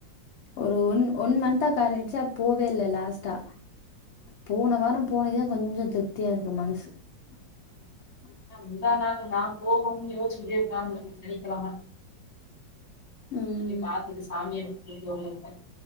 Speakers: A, on the left; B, on the left.
A: ஒரு ஒன் ஒன் மந்த்தா கடேசியா போவே இல்ல லாஸ்ட்டா போன வாரோ போனதுதா கொஞ்சோ திருப்தியா இருக்கு மனசு உ <inaudible>
B: ஏ முந்தா நாலு நா போகணுன்னு யோசுச்சுகிட்டே உக்காந்து இருந்தே சனிக்கெழம
A: ம்
B: போய் பாத்துட்டு சாமிய கும்ட்டு வருவோன்னு